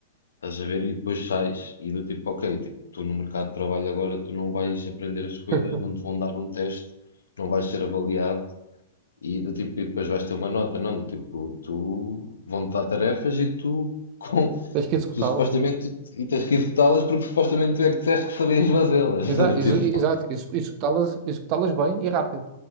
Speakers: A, on the left (about 85°); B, on the right (about 45°).
A: Estás a ver? E depois sais e do tipo, ok, tipo, tu no mercado de trabalho agora tu não vais aprender as coisas,
B: <laughs>
A: não te vão dar um teste, não vais ser avaliado e do tipo, e depois vais ter uma nota, não, do tipo, tu vão-te dar tarefas e tu, <laughs> com,
B: Tens que executá-las.
A: tu supostamente e tens que executá-las porque supostamente tu é que disseste que sabias fazê-las.
B: Exato,
A: <laughs> Do
B: exato,
A: tipo,
B: exe- executá-las, executá-las bem e rápido.